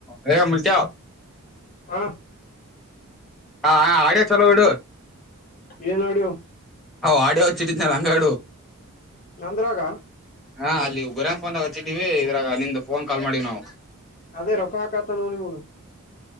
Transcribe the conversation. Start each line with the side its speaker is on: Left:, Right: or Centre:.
Centre: ಡ್ರೈ ಮುರ್ಜಾವ್
Left: ಹಾ
Centre: ಹಾ ಹಾ ಆಡಿಯ ಚಲೋ ಬಿಡುುವ
Left: ಈ ವಿಡಿಯೋ
Centre: ಅವ್ ಆಡಿಯೋ ಹಚ್ಚಿಟ್ಟಿದ್ನಲ್ಲ ಅಂಗಾಡು
Left: ನಂದ್ರಾಗ
Centre: ಹಾ ಅಲ್ಲಿ ಗುರ್ಯಾಂಕ್ ಫನ್ದಾಗ ಹಚ್ಚಿಟ್ಟಿವವಿ ಇದ್ರಾಗ ನಿಂದು ಫೋನ್ ಕಾಲ್ ಮಾಡಿವ್ ನಾವು
Left: ಅದೇ ರೊಕ್ಕ ಹಾಕಾತ ನೋ ನಿಮಗ